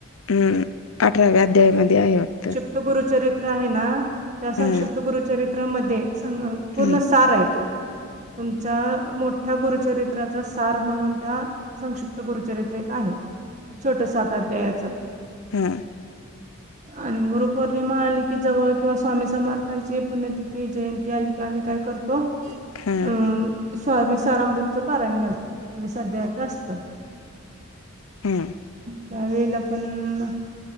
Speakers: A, on the left; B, on the right.
A: हम्, अठराव्या अध्यायामध्ये आहे वाटतं?
B: ते गुरुचरित्र आहे ना, त्या संक्षिप्त
A: हम्म
B: गुरुचरित्रामध्ये संग्रह- पूर्ण
A: हम्म
B: सार हाय तो, तुमचा- मोठ्या गुरुचरित्राचा सार म्हणून त्या संक्षिप्त गुरुचरित्र एक आहे. छोट सात आध्यायाच.
A: हं.
B: आणि गुरुपौर्णिमा आली की जवळ किंवा स्वामी समर्थांची पुण्यतिथी जयंती आली- की आम्ही काय करतो- अं
A: हं.
B: स्वामी सरामृतचं पाराण घालतो, एकवीस अध्यायच असतं.
A: हम्म.
B: त्यावेेळेला पण-